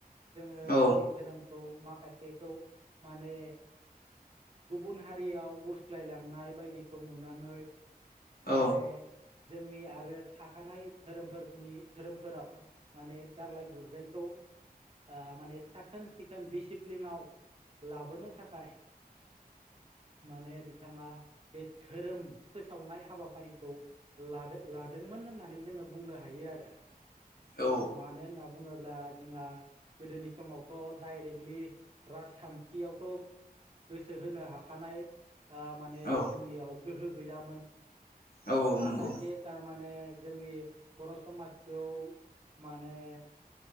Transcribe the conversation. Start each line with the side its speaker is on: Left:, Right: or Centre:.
Right: जोङो
Left: औ
Right: जोंनि दोरोमखौ खौ माखासेखौ माने गुबुन हारियाव सोलायलांनाय बायदिखौ नुनानै
Left: औ
Right: माने जोंनि आरो थाखानाय दोरोमफोरनि दोरोमफोराव माने गारलाय गुरजायखौ आ माने साखोन सिखोन डसिप्लिनाव लाबोनो थाखाय माने बिथाङा बे दोरोम फोसावनाय हाबाफारिखौ ला लादोंमोन होननानै जों बुंनो हायो आरो
Left: औ
Right: मानो होनना बुङो बुङोब्ला जोंहा गोदोनि समावथ' दडाइरेक्टलि राजखानथियावथ' गोसो होनो हाखानाय आ माने
Left: औ
Right: जोंनियाव गोहो गैयामोन
Left: औ
Right: माखासे
Left: नंगौ
Right: थारमाने जोंनि बर' समाजखौ माने